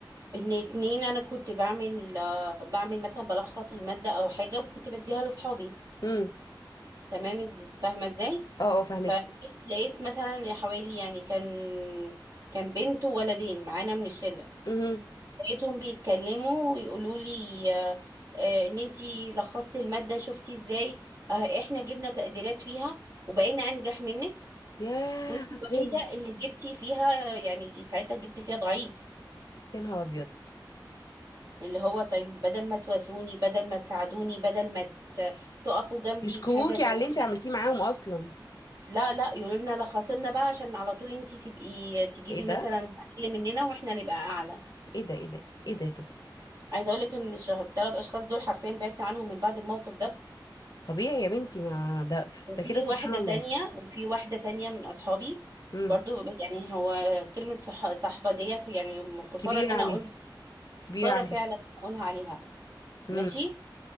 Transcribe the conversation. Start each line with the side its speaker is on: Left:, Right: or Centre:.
Right: ان اتنين انا كنت بعمل آه، بعمل مثلا بلخص الماده او حاجه وكنت بديها لاصحابي
Left: إمم.
Right: تمام إز- فاهمه ازاي
Left: اه اه فهمكي
Right: فلقيت مثلا حوالي يعني كان كان بنت وولدين معانا من الشله
Left: امم
Right: لقيتهم بيتكلموا ويقولوا لي آه، آه، ان انتي لخصتي المادة شفتي ازاي آه، احنا جبنا تقديرات فيها وبقينا انجح منك
Left: ياه
Right: وانتي
Left: على
Right: الوحيدة
Left: الغن
Right: اللي جبتي فيها يعني ساعتها جبتي فيها ضعيف
Left: يا نهار ابيض
Right: اللي هو طيب بدل ما تواسوني بدل ما تساعدوني بدل ما ت- تقفوا جنبي
Left: يشكوكي
Right: في حاجة زي
Left: على اللي انت
Right: كده
Left: عملتيه معاهم اصلا
Right: لا لا يقولوا لنا لخصي لنا بقى عشان على طول انتي تبقي تجيبي
Left: ايه
Right: مثلا
Left: ده
Right: اقل مننا واحنا نبقى اعلى
Left: ايه ده ايه ده ايه ده, ده, ده.
Right: عايزه اقول لك ان الثلاث اشخاص دول حرفيا بعدت عنهم من بعد الموقف ده
Left: طبيعي يا بنتي ما ده
Right: وفي
Left: ده كده سبحان
Right: واحدة
Left: الله
Right: تانية وفي واحدة تانية من أصحابي
Left: امم
Right: برضو يعني هو كلمة صح صحبة ديت يعني خسارة
Left: كبيره
Right: إن أنا
Left: عليها
Right: أقولها
Left: كبيره
Right: خسارة
Left: عليها
Right: فعلا إن أنا أقولها عليها
Left: امم
Right: ماشي